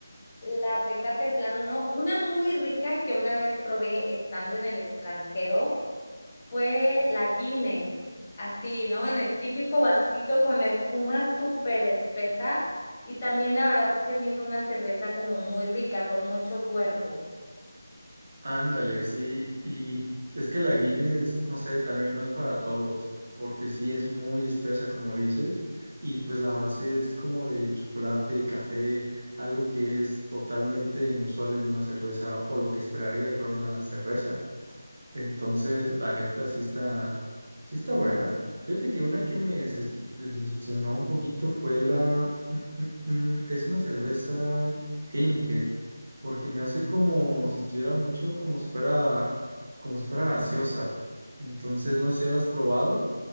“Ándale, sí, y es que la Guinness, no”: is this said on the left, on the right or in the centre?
Right